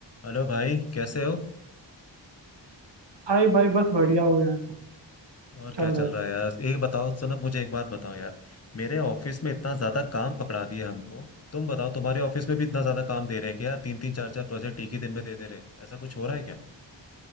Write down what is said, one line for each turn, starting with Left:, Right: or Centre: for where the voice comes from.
Left: Hello भाई कैसे हो
Right: हाय भाई बस बढ़िया हो यार
Left: और
Right: चल
Left: क्या चल
Right: रहा है
Left: रहा है यार एक बताओ सनत मुझे एक बात बताओ यार मेरे ऑफिस में इतना ज्यादा काम पकड़ा दिया हमको तुम बताओ तुम्हारे ऑफिस में भी इतना ज्यादा काम दे रहे हैं क्या तीन तीन चार चार प्रोजेक्ट एक ही दिन में दे दे रहे हैं ऐसा कुछ हो रहा है क्या